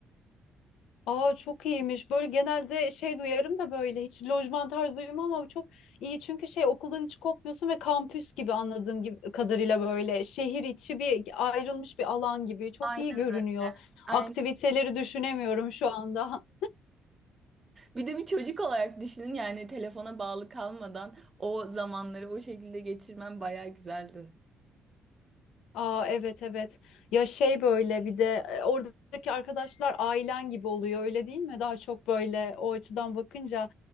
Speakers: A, on the left; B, on the right.
A: Aa çok iyiymiş. Böyle genelde şey duyarım da böyle hiç lojman tarzı duymuyorum ama bu çok iyi. Çünkü şey okuldan hiç kopmuyorsun ve kampüs gibi anladığım gibi, kadarıyla böyle şehir içi bir ayrılmış bir alan gibi. Çok
B: Aynen.
A: iyi görünüyor.
B: Aynen.
A: Aktiviteleri düşünemiyorum şu anda.
B: Bir de bir çocuk olarak düşünün yani telefona bağlı kalmadan o zamanları o şekilde geçirmem bayağı güzeldi.
A: <laughs> Aa evet evet. Ya şey böyle bir de e, oradaki arkadaşlar ailen gibi oluyor öyle değil mi? Daha çok böyle o açıdan bakınca.